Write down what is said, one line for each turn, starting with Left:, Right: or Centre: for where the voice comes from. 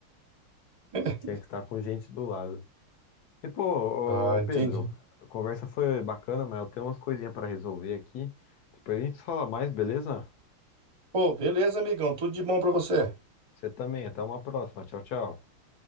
Right: <laughs>
Left: Tinha que estar com gente do lado. E pô,
Right: Ah,
Left: ô, Pedro,
Right: entendi.
Left: a conversa foi bacana, mas eu tenho umas coisinhas para resolver aqui. Depois a gente fala mais, beleza?
Right: Pô, beleza, amigão. Tudo de bom pra você.
Left: Você também, até uma próxima. Tchau, tchau.